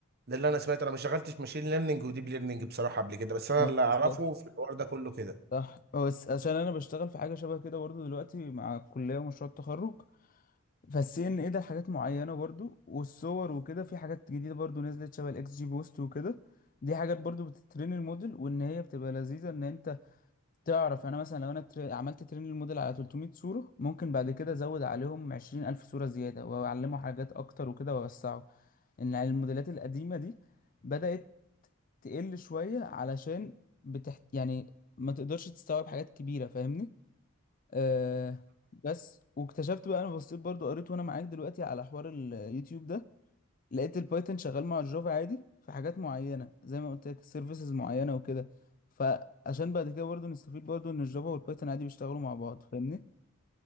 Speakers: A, on the right; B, on the left.
A: ده اللي انا سمعت انا ما شغلتش ماشين ليرنينج وديب ليرنينج بصراحه قبل كده بس انا
B: ماشي
A: اللي اعرفه
B: بس بس.
A: في الحوار ده كله كده
B: صح بس عشان أنا بشتغل في حاجة شبه كده برضو دلوقتي مع الكلية ومشروع التخرج فالسي ان ايه ده حاجات معينة برضو والصور وكده في حاجات جديدة برضو نزلت شبه الاكس جي بوست وكده دي حاجات برضو بتترين الموديل وان هي بتبقى لذيذة ان انت تعرف انا مثلا لو انا تر... عملت ترين للموديل على 300 صورة ممكن بعد كده ازود عليهم 20000 صورة زيادة واعلمه حاجات اكتر وكده واوسعه ان الموديلات القديمة دي بدأت تقل شوية علشان بتحت... يعني ما تقدرش تستوعب حاجات كبيرة فاهمني آه بس واكتشفت بقى انا بصيت برضو قريت وانا معاك دلوقتي على حوار اليوتيوب ده لقيت البايثون شغال مع الجافا عادي في حاجات معينه زي ما قلت لك سيرفيسز معينه وكده فعشان بعد كده برضه نستفيد برضه ان الجافا والبايثون عادي بيشتغلوا مع بعض فاهمني